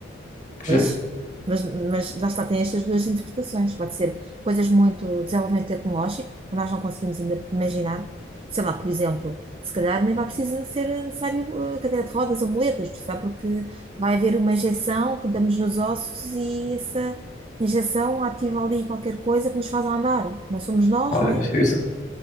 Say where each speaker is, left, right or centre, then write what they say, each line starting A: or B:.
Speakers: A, on the left; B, on the right.
A: Que
B: Pois,
A: já,
B: mas, mas lá está, tem estas duas interpretações. Pode ser coisas muito desenvolvimento tecnológico, que nós não conseguimos ainda imaginar. Sei lá, por exemplo, se calhar nem vai precisar ser necessário eh, cadeira de rodas ou muletas, por porque vai haver uma injeção que damos nos ossos e essa injeção ativa ali qualquer coisa que nos faz andar. Não somos nós,
A: olha,
B: não é?
A: isso, isso-